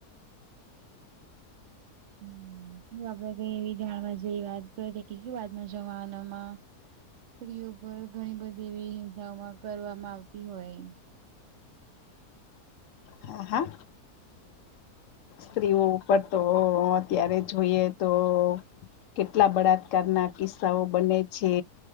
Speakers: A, on the right; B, on the left.
A: <unintelligible> સ્ત્રીઓ પર ઘણી બધી એવી હિંસાઓમાં કરવામાં આવતી હોય.
B: હા હા સ્ત્રીઓ ઉપર તો અત્યારે જોઈએ તો. કેટલા બળાત્કારના કિસ્સાઓ બને છે.